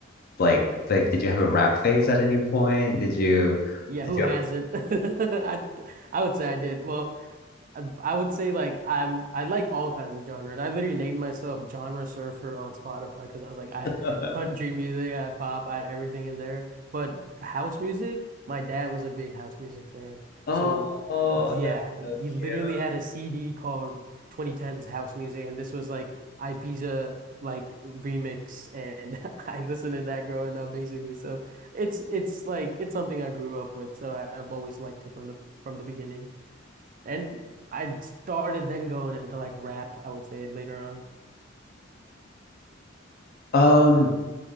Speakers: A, on the left; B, on the right.
A: like like did you have a rap phase at any point? Did you
B: Yeah,
A: did
B: who
A: you
B: hasn't? <laughs> I I would say I did. Well, I, I would say like I'm I like all kinds of genres. I literally named myself genre surfer on Spotify because I was like I had
A: have
B: country music, I had pop, I had everything in there. But house music, my dad was a big house music fan.
A: <laughs>
B: So
A: Oh,
B: yeah,
A: that's so
B: he literally
A: cute.
B: had a CD called 2010's House Music and this was like Ibiza like remix and <laughs> I listened to that growing up basically. So it's it's like it's something I grew up with. So I, I've always liked it from the from the beginning. And I started then going into like rap, I would say later on.
A: Um,